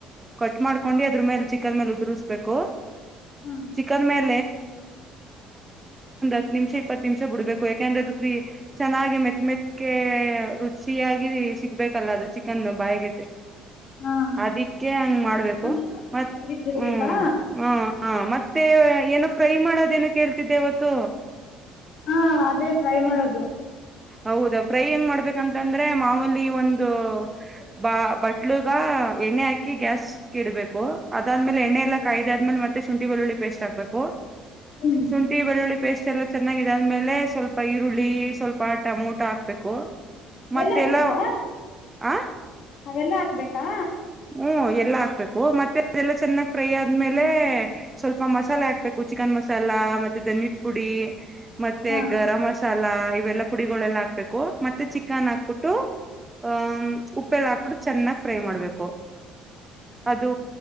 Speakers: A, on the right (about 15°); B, on the left (about 65°).
A: ಕಟ್ ಮಾಡ್ಕೊಂಡು ಅದ್ರ ಮೇಲೆ ಚಿಕನ್ ಮೇಲೆ ಉದುಸ್್ಬೇಕು
B: ಹಾಂ
A: ಚಿಕನ್ ಮೇಲೆ ಇಪ್ಪತ್ತು ನಿಮಿಷ ಇಪ್ಪತ್ತು ನಿಮಿಷ ಬಿಡ್ಬೇಕು ಯಾಕೆಂದ್ರೆ ಅದು ಕ್ರ ಚೆನ್ನಾಗಿ ಮೆತ್ ಮೆತ್ಕ ರುಚಿಯಾಗಿ ಸಿಗ್ಬೇಕಲ್ಲ ಅದು ಚಿಕನ್ ಬಾಯ್ಿಗೆಟ್ಟ
B: ಹಾಂ
A: ಅದಿಕ್ಕೆ ಹಂಗ್ ಮಾಡ್ಬೇಕು
B: ಒಂದು ಇಪ್ಪತ್ತು ನಿಮಿಷ
A: ಮ
B: ತೆಗ್ದಿಟ್ಬಿಡ್ಬೇಕಾ
A: ಹ್ಮ್ ಹ ಹ ಮತ್ತೆ ಏನೋ ಫ್ರೈ ಮಾಡೋದ ೇನ ಕೇಳ್ತಿದ್ದೆ ಅವವತ್ತು
B: ಹಾ ಅದೇ ಟ್ರೈ ಮಾಡೋದು
A: ಹೌದಾ ಪ್ರೈ ಹೆಂಗ್ ಮಾಡ್ಬೇಕು ಯಾಂತಂದ್ರೆ ಮಾಮೂಲಿ ಒಂದು ಬ ಬಟ್ಲುಗ ಎಣ್ಣೆ ಹಾಕಿ ಗ್ಯಾಸ್ ಕ ಇಡ್ಬೇಕು ಅದಾದ್ಮೇಲೆ ಎಣ್ಣೆ ಎ ಕಾಯ್ದಾದ್ಮೇಲೆ ಮೆ ಮತ್ತ ಶುಂಠಿ ಬೆಳ್ಳ ಪೇಸ್ಟ್ ಹಕ್ಬೇಕು
B: ಹ್ಞೂ
A: ಶುಂಠಿ ಬೆಳ್ಳುಳ್ಳಿ ಪೇಸ್ಟ್ ಎಲ್ಲ ಚೆನ್ನಾಗಿದೆ ಅ್ಮೇಲೆ ಸ್ವಲ್ಪ ಈರುಳ್ಳಿ ಸ್ವಲ್ಪ ಪ್ಪ ಟಮೋಟೋ ಹಾಕ್ಬೇಕು
B: ಬೆಲ್ಲ
A: ಮತ್ತೆಲ್ಲ
B: ಹಾಕ್ಬೇಕಾ
A: ಆ
B: ಅವೆಲ್ಲಾ ಹಾಕ್ಬೇಕಾ
A: ಹ್ಮ್ ಎಲ್ಲಾ ಹಾಕ್ಬೇಕು ಮತ್ತೆ ಅದೆಲ್ಲ ಚೆನ್ನಾಗ್ ಫ್ರೈ ಆದ್ಮೇಲೆ ಸ್ವಲ್ಪ ಮಸಾಲೆ ಹಾಕ್ಬೇಕು ಚಿಕನ್ ಮಸಾಲ ಮತ್ತೆ ದಧನಿಟ್ ಪುಡಿ ಮತ್ತೆ
B: ಹಾಂ
A: ಗರಂ್ ಮಸಾಲ ಇವೆಲ್ಲಾ ಪುಡಿಗಳೆಲ್ಲ ಹಾಕ್ಬೇಕು ಮೆ ಮೆ ಚಿಕನ್ ಹಾಕ್ಬಿಟ್ಟು ಆಹ ಉಪ್ಪೆಲ್ಲ ಹಾಕ್ಬಿಟ್ಟು ಚೆನ್ನಾಗ್ ಫ್ರೈ ಮಾಡ್ಬೇಕು ಅದು